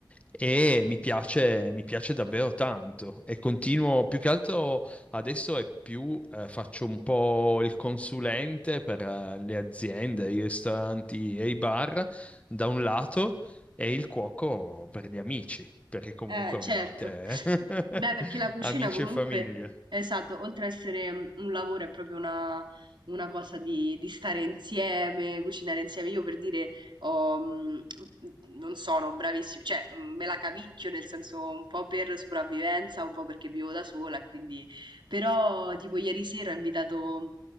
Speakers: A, on the left; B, on the right.
A: e mi piace, mi piace davvero tanto e continuo più che altro adesso è più eh, faccio un po' il consulente per eh, le aziende, i ristoranti e i bar da un lato e il cuoco per gli amici, perché comunque
B: Eh,
A: ovviamente
B: certo.
A: è
B: Beh,
A: <laughs>
B: perché la cucina
A: amici
B: comunque,
A: e famiglia.
B: esatto, oltre a essere mm, un lavoro, è proprio una, una cosa di, di stare insieme, cucinare insieme. Io per dire, ho, mm, non sono bravissima, cioè mm, me la cavicchio nel senso un po' per sopravvivenza, un po' perché vivo da sola, e quindi... Però tipo ieri sera ho invitato